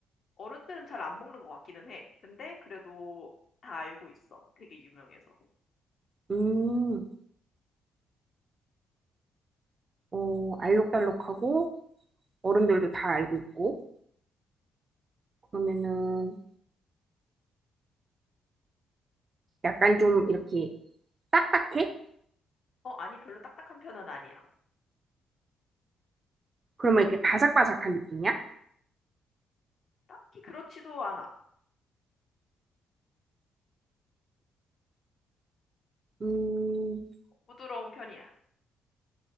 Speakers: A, on the left; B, on the right.
A: 어른들은 잘 안 먹는 것 같기는 해. 근데 그래도 다 알고 있어. 되게 유명해서.
B: 음, 어, 알록달록하고, 어른들도 다 알고 있고, 그러면은 약간 좀 이렇게 딱딱해?
A: 어, 아니, 별로 딱딱한 편은 아니야.
B: 그러면 이렇게 바삭바삭한 느낌이야?
A: 딱히 그렇지도 않아.
B: 음,
A: 부드러운 편이야.